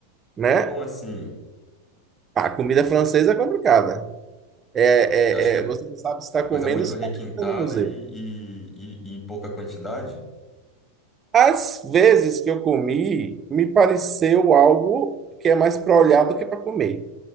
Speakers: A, on the right; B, on the left.
A: né?
B: Como assim?
A: Pá, comida francesa é complicada. É,
B: Você acha que é
A: é, é, você não sabe se está comendo
B: Coisa muito
A: ou se
B: requintada
A: está visitando um museu.
B: e, e, e, e em pouca quantidade?
A: Às vezes que eu comi, me pareceu algo que é mais para olhar do que para comer.